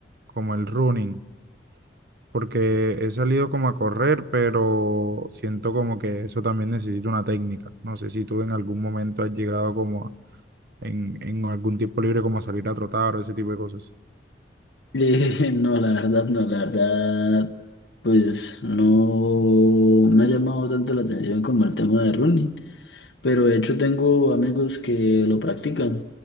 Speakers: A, on the right; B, on the left.
A: como el running porque he salido como a correr, pero siento como que eso también necesita una técnica. No sé si tú en algún momento has llegado como a- en, en algún tiempo libre como a salir a trotar o ese tipo de cosas.
B: Eh, <laughs> no, la verdad, no, la verdad, pues no me ha llamado tanto la atención como el tema de running, pero de hecho tengo amigos que lo practican